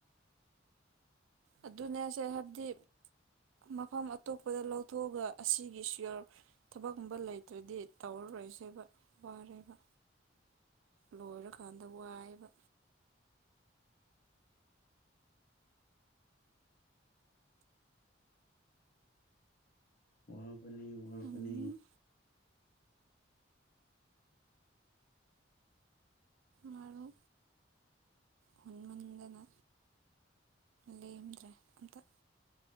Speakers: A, on the right; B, on the left.
A: ꯑꯗꯨꯅꯦꯁꯦ ꯍꯥꯏꯕꯗꯤ ꯃꯐꯝ ꯑꯇꯣꯞꯄꯗ ꯂꯧꯊꯣꯛꯑꯒ ꯑꯁꯤꯒꯤ ꯁꯤꯌꯣꯔ ꯊꯕꯛꯀꯨꯝꯕ ꯂꯩꯇ꯭ꯔꯗꯤ ꯇꯧꯔꯔꯣꯏꯁꯦꯕ ꯋꯥꯔꯦꯕ ꯂꯣꯏꯔꯀꯥꯟꯗ ꯋꯥꯏꯑꯕ
B: ꯑꯣꯔ ꯕꯅꯤ ꯎꯔꯕꯅꯤ
A: ꯎꯝ ꯃꯔꯔꯨ ꯍꯅꯨꯃꯥꯟꯗꯅ ꯂꯩꯃꯗ꯭ꯔꯦ ꯑꯗ